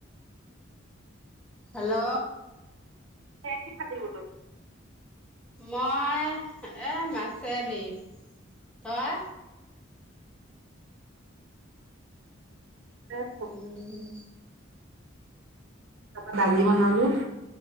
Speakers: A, in the centre; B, on the right.
A: হেল্ল'?
B: কিহেদি খালি বোলো?
A: মই এই মাছেদি। তই?
B: তাৰপা
A: উম।
B: তাৰ পৰা দালি বনালোঁ।